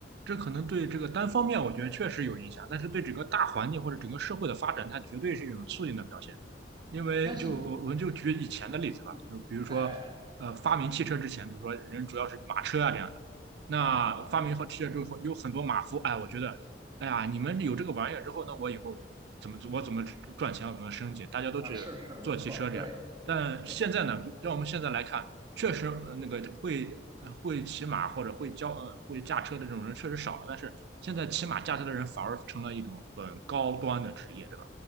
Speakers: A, on the right; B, on the right.
A: 这可能对这个单方面，我觉得确实有影响，但是对整个大环境或者整个社会的发展，它绝对是一种促进的表现。因为就我们就举以前的例子吧，
B: 但是你，嗯嗯，
A: 就比如说，
B: 哎哎
A: 呃，发明汽车之前，比如说人主要是马车啊这样的，那发明好汽车之后，
B: 哎，啊啊是
A: 有很多马夫，哎，我觉得，哎呀，你们有这个玩意儿之后，那我以后怎么我怎么赚钱，我怎么升级，大家都去做汽车这样。
B: 啊是是，没错，对
A: 但现在呢，
B: 对
A: 就让我们现在来看。确实呃那个会呃会骑马或者会教呃会驾车的这种人确实少了，但是现在骑马驾车的人反而成了一种很高端的职业，对吧？